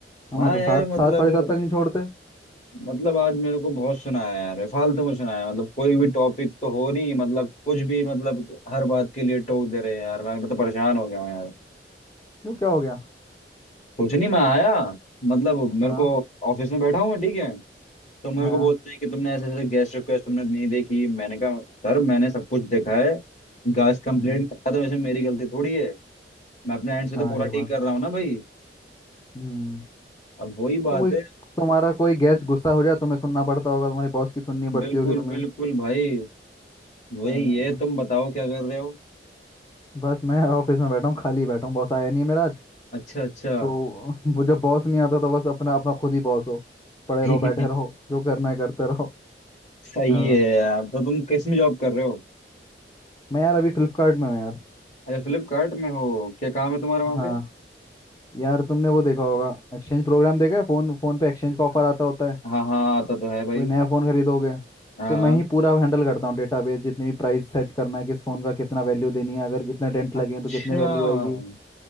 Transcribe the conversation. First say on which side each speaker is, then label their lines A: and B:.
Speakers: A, on the left; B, on the left.
A: हमें
B: हाँ
A: तो
B: यार
A: सात
B: मतलब
A: सात साढ़े सात तक नहीं छोड़ते
B: मतलब आज मेरे को बहुत सुनाया यार फालतू में सुनाया मतलब कोई भी टॉपिक तो हो नहीं मतलब कुछ भी मतलब हर बात के लिए टोक दे रहे हैं यार मैं तो परेशान हो गया हूँ यार
A: क्यों क्या हो गया
B: कुछ नहीं मैं आया मतलब मेरे
A: हाँ
B: को ऑफिस में बैठा हूँ मैं ठीक है तो मेरे
A: हाँ
B: को बोलते हैं कि तुमने ऐसे ऐसे गेस्ट रिक्वेस्ट तुमने नहीं देखी मैंने कहा सर मैंने सब कुछ देखा है गैस कंप्लेंट
A: हम्म
B: करा तो इसमें मेरी गलती थोड़ी है मैं अपने एंड से
A: हाँ
B: तो पूरा
A: ये
B: ठीक
A: बात
B: कर
A: है।
B: रहा हूँ ना भाई
A: हम्म
B: अब वही बात
A: तो कोई
B: है
A: तुम्हारा कोई गेस्ट गुस्सा हो जाए तुम्हें सुनना पड़ता होगा तुम्हारी बॉस की सुननी
B: बिल्कुल
A: पड़ती होगी तुम्हें
B: बिल्कुल भाई वही
A: हाँ
B: है तुम बताओ क्या कर रहे हो
A: बस मैं यार ऑफिस में बैठा हूँ खाली बैठा हूँ बॉस आया नहीं है मेरा आज
B: अच्छा अच्छा
A: तो <laughs> वो जब बॉस नहीं आता तो बस अपना अपना खुद ही बॉस हो पड़े
B: <laughs>
A: रहो बैठे रहो जो करना है करते रहो
B: सही
A: हाँ
B: है यार तो तुम किस में जॉब कर रहे हो
A: मैं यार अभी फ्लिपकार्ट में हूँ यार
B: अच्छा फ्लिपकार्ट में हो क्या काम है तुम्हारा वहाँ
A: हाँ
B: पे
A: यार तुमने वो देखा होगा एक्सचेंज प्रोग्राम देखा है फ़ोन फ़ोन पे एक्सचेंज का ऑफर आता होता है
B: हाँ हाँ आता तो है भाई
A: कोई नया फ़ोन खरीदोगे
B: हाँ
A: तो मैं ही पूरा हैंडल करता हूँ डेटाबेस जितनी भी प्राइस सेट करना है किस फ़ोन का कितना वैल्यू देनी है अगर कितने डेंट
B: अच्छा
A: लगे हैं तो कितनी वैल्यू आएगी